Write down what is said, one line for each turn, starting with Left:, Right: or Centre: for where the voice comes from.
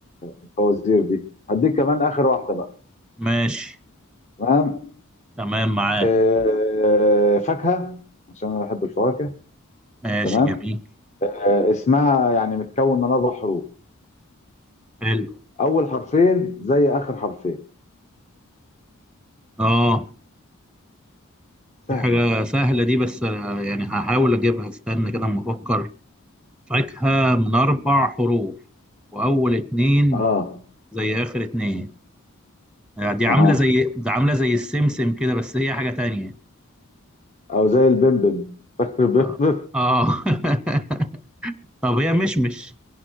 Left: الفوازير دي هديك كمان اخر واحده بقى
Centre: ماشي
Left: تمام
Centre: تمام معاه
Left: آه فاكهه عشان انا بحب الفواكه
Centre: ماشي
Left: تمام
Centre: جميل
Left: آه اسمها يعني متكون من اربع حروف
Centre: حلو
Left: اول حرفين زي اخر حرفين
Centre: اه
Left: سهله
Centre: دي حاجه سهله دي بس آه، يعني هحاول اجيبها استنى كده اما افكر فاكهة من أربع حروف وأول اتنين
Left: اه
Centre: زي آخر اتنين آه، دي عاملة
Left: اها
Centre: زي دي عاملة زي السمسم كده بس هي حاجة تانية
Left: او زي البمبم <laughs> فاكر البمبم
Centre: آه آه <laughs> طب هي مشمش